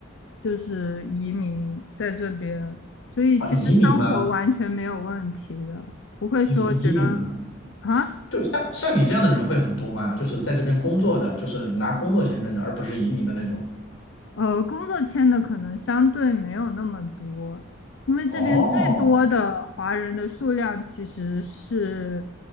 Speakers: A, on the left; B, on the left.
A: 就是移民在这边，所以其实生活完全没有问题的，
B: 啊，移民吗？
A: 不会说觉得
B: 移移民吗？
A: 啊。
B: 就像像你这样的人会很多吗？就是在这边工作的，就是拿工作签证的，而不是移民的那种。
A: 呃，工作签的可能相对没有那么多，因为这边最多的华人的数量其实是
B: 哦，